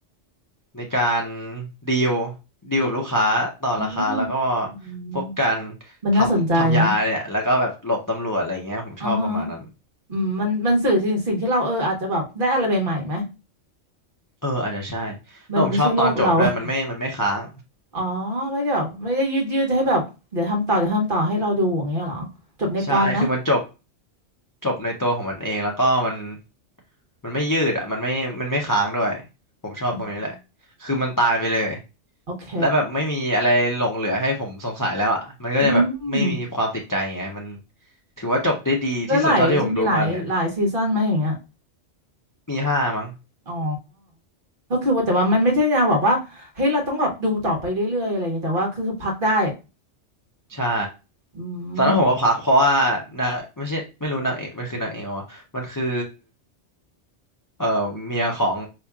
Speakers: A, on the left (about 25°); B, on the right (about 50°).
A: ในการดีลดีลกับลูกค้าต่อราคาแล้วก็
B: อืมอืม
A: พวกการ
B: มันน่าสนใจอ่ะ
A: ทำทำยาเนี่ยแล้วก็แบบหลบตำรวจอะไรเงี้ยผมชอบประมาณนั้น
B: อ่าฮะอืมมันมันสื่อสิ่งสิ่งที่เราเอออาจจะแบบได้อะไรใหม่ๆไหม
A: เอออาจจะใช่แล้วผมชอบตอนจบด้วยมันไม่มันไม่ค้าง
B: มันไม่ใช่โลกเรา <laughs> อ๋อไม่ได้แบบไม่ได้ยืดยืดให้แบบเดี๋ยวทำต่อเดี๋ยวทำต่อให้เราดูอย่างเงี้ยเหรอจบในตอนไหม
A: ใช่คือมันจบจบในตัวของมันเองแล้วก็มันมันไม่ยืดอ่ะมันไม่มันไม่ค้างด้วยผมชอบตรงนี้แหละ
B: อืม
A: คือมันตายไปเลย
B: โอเค
A: แล้วแบบไม่มีอะไรหลงเหลือให้ผมสงสัยแล้วอ่ะมันก็จะแบบไม่มีความติดใจไงมัน
B: อืม
A: ถือว่าจบได้ดีที่สุดเท่าที่ผมดูมาเลย
B: แล้วหลายจะมีหลายหลายซีซันไหมอย่างเงี้ย
A: มีห้ามั้ง
B: อ๋อก็คือว่าแต่ว่ามันไม่ใช่แนวแบบว่าเฮ้ยเราต้องแบบดูต่อไปเรื่อยๆอะไรอย่างเงี้ยแต่ว่าคือพักได้
A: ใช่
B: อื
A: ตอนนั้นผมก็พักเพราะว่านางไม่ใช่ไม่รู้นางเอกมันคือนางเอกวะมันคือ
B: ม
A: เอ่อเมียของ